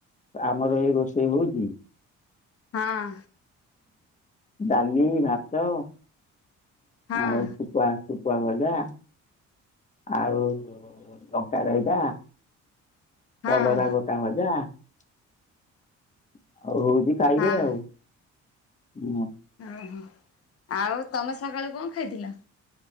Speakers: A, on the left; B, on the left.
A: ଆମର ଏଇ ରୋଷେଇ ହେଇଛି।
B: ହଁ।
A: ଡାଲି ଭାତ
B: ହଁ
A: ଆଉ ପିତା ଶୁଖୁଆ ଭଜା। ଆଉ ଲଙ୍କା ରାଇତା।
B: ହଁ
A: କଲରା ଗୋଟା ଭଜା ଆଉ ହଉଛି ଖାଇବେ
B: ହଁ
A: ଆଉ ହୁଁ।
B: ଓହୋ ଆଉ ତମେ ସକାଳୁ କ ଖାଇଥିଲ?